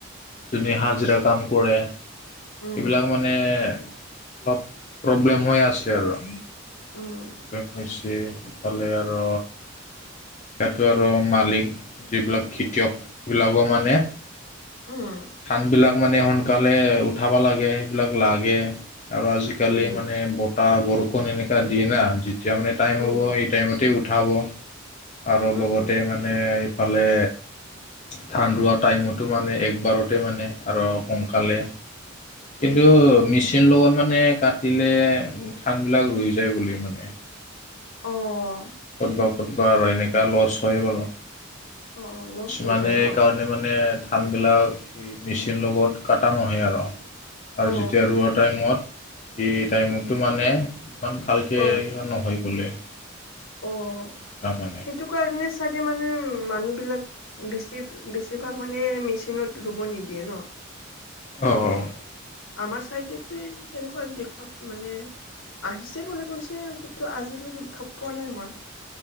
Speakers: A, on the left; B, on the left.
A: যোনে হাজিৰা কাম কৰে এইবিলাক
B: উম
A: মানে অলপ প্ৰব্লেম হৈ আছে আৰু।
B: উ'ম।
A: প্ৰথম হৈছে ইফালে আৰু এতিয়া আৰু মালিক যিবিলাক খেতিয়ক সেইবিলাকো মানে
B: অ'
A: ধান বিলাক মানে সোনকালে উঠাব লাগে সেইবিলাক লাগে। আৰু আজিকালি
B: উম
A: মানে বতাহ বৰষুণ এনেকুৱা দিয়ে না যি তিয়া মানে টাইম
B: উম
A: হ'ব এই টাইমতে উঠাব, আৰু
B: উম
A: লগতে মানে এইফালে ধান ৰুৱাৰ টাইমটো মানে এক- বাৰতে মানে আৰু সোনকালে
B: উম
A: কিন্তু মিচ মিচিন লগত মানে কাটিলে ধানবিলাক ৰৈ যায় বুলি মানে।
B: অ',
A: ক'তবা ক'তবা আৰু এনেকুৱা ল'ছ হয়ে বাৰু।
B: অ অ লছ
A: কিছুমানে
B: হৈ যায় ন
A: কাৰণে মানে ধানবিলাক মেচিন লগত কাটা নহয় আৰু। আৰু
B: অ
A: যেতিয়া ৰোৱা টাইমত, এই টাইমতো মানে ইমান ভালকে
B: অ
A: কিবা নহয় বোলে,
B: অ
A: তেনেকুৱা মানে।
B: সেইটো কাৰণে চাগে মানে মানুহ বিলাক বেছি বেছিভাগ মানে মেচিনত ৰুব নিদিয়ে ন।
A: অ', অ'
B: আমাৰ চাইডেতো তেনেকুৱা মানে। আহিছে বুলি কৈছে কিন্তু আজিলৈকে দেখা পোৱা নাই মই।